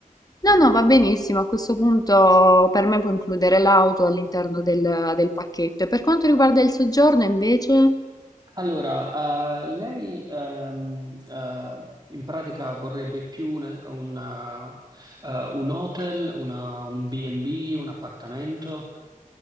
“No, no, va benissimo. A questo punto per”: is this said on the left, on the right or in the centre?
Left